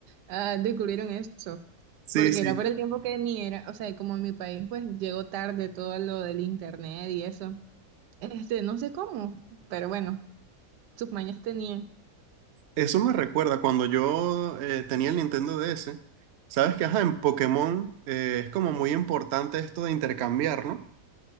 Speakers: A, on the right (about 90°); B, on the right (about 70°).
A: ah, descubrieron eso,
B: Sí,
A: porque
B: sí,
A: era por el tiempo que ni era, o sea, y como en mi país pues llegó tarde todo lo del internet y eso. Este, no sé cómo, pero bueno, sus mañas tenían.
B: eso me recuerda cuando yo eh, tenía el Nintendo DS. Sabes que, ajá, en Pokémon eh, es como muy importante esto de intercambiar, ¿no?